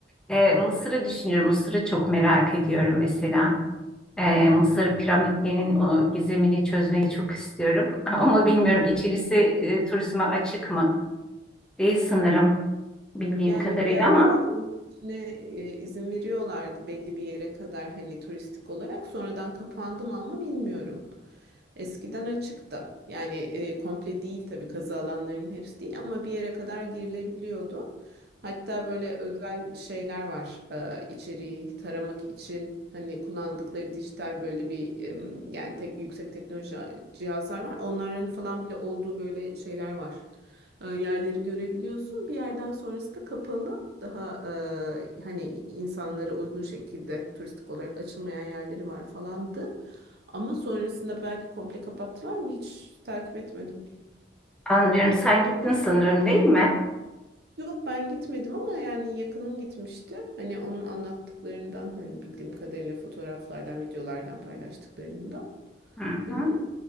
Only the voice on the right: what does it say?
Hı
hı.
Yani
bir ara
onun içine e, izin veriyorlardı belli bir yere kadar hani turistik olarak. Sonradan kapandı mı ama bilmiyorum. Eskiden açıktı. Yani e, komple değil tabii kazı alanlarının hepsi değil ama bir yere kadar girilebiliyordu. Hatta böyle özel şeyler var e, içeriği taramak için hani kullandıkları dijital böyle bir e, yani tek yüksek teknoloji cihazlar var. Onların falan bile olduğu böyle şeyler var. E, yerleri görebiliyorsun. Bir yerden sonrası da kapalı. Daha e, hani insanlara uygun şekilde turistik olarak açılmayan yerleri var falandı. Ama sonrasında belki komple kapattılar mı hiç takip etmedim.
Yok ben gitmedim ama yani yakınım gitmişti. Hani onun anlattıklarından hani bildiğim kadarıyla fotoğraflardan, videolardan paylaştıklarında
hani